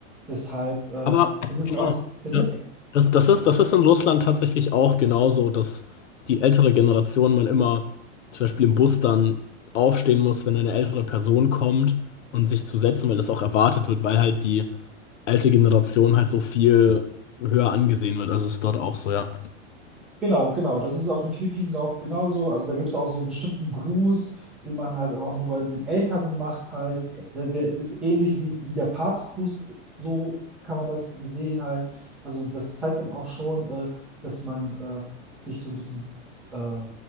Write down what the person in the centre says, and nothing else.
deshalb äh,
ist es
auch, bitte?
Genau, genau. Das ist auf den Philippinen auch genauso. Also da gibt es auch so einen bestimmten Gruß, den machen halt auch nur bei den Älteren macht halt. Der, der ist ähnlich wie, wie der Papstgruß, äh, so kann man das sehen halt. Also das zeigt dann auch schon, äh, dass man äh, sich so ein bisschen äh,